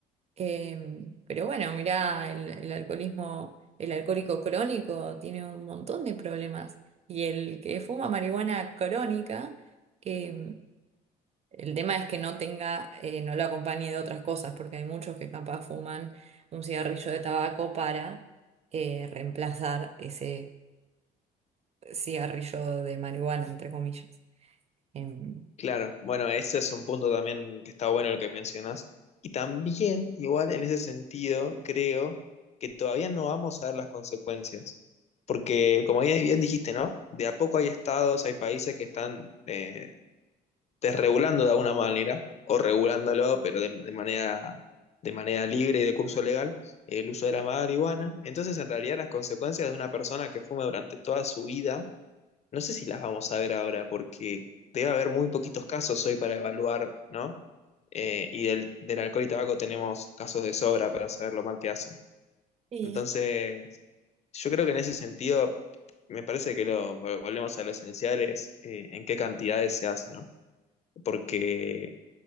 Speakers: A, on the right (about 40°); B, on the left (about 40°).
A: Eh, pero bueno, mirá, el, el alcoholismo, el alcohólico crónico tiene un montón de problemas. Y el que fuma marihuana crónica, eh, el tema es que no tenga, eh, no lo acompañe de otras cosas, porque hay muchos que capaz fuman un cigarrillo de tabaco para eh, reemplazar ese cigarrillo de marihuana, entre comillas. Em,
B: Claro, bueno, ese es un punto también que está bueno el que mencionas. Y también, igual en ese sentido, creo que todavía no vamos a ver las consecuencias. Porque, como bien, bien dijiste, ¿no? De a poco hay estados, hay países que están eh, desregulando de alguna manera, o regulándolo, pero de, de manera, de manera libre y de curso legal, el uso de la marihuana. Entonces, en realidad, las consecuencias de una persona que fume durante toda su vida no sé si las vamos a ver ahora porque debe haber muy poquitos casos hoy para evaluar, ¿no? Eh, y del, del alcohol y tabaco tenemos casos de sobra para saber lo mal que hacen.
A: Sí.
B: Entonces, yo creo que en ese sentido, me parece que lo vol- volvemos a lo esencial es eh, en qué cantidades se hace, ¿no? Porque,